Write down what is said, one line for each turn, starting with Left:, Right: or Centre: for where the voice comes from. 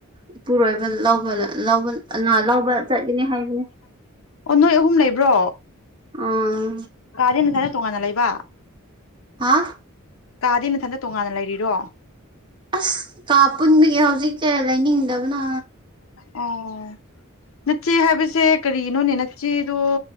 Right: ꯏꯄꯨꯔꯣꯏꯕꯅ ꯂꯧꯕ ꯂꯧꯕ ꯂꯧꯕ ꯆꯠꯀꯅꯤ ꯍꯥꯏꯕꯅꯦ
Left: ꯑꯣ ꯅꯣꯏ ꯑꯍꯨꯝ ꯂꯩꯕ꯭ꯔꯣ
Right: ꯑꯥ
Left: ꯀꯥꯗꯤ ꯅꯊꯟ ꯇꯣꯉꯥꯟꯅ ꯂꯩꯕ
Right: ꯍꯥ
Left: ꯀꯥꯗꯤ ꯅꯊꯟꯇ ꯇꯣꯉꯥꯟꯅ ꯂꯩꯔꯤꯔꯣ
Right: ꯑꯁ ꯀꯥ ꯄꯨꯟꯕꯒꯤ ꯍꯧꯖꯤꯛꯁꯦ ꯂꯩꯅꯤꯡꯗꯕꯅ
Left: ꯑꯣ ꯅꯆ‌ꯦ ꯍꯥꯏꯕꯁꯦ ꯀꯔꯤꯅꯣꯅꯦ ꯅꯆ‌ꯦꯗꯣ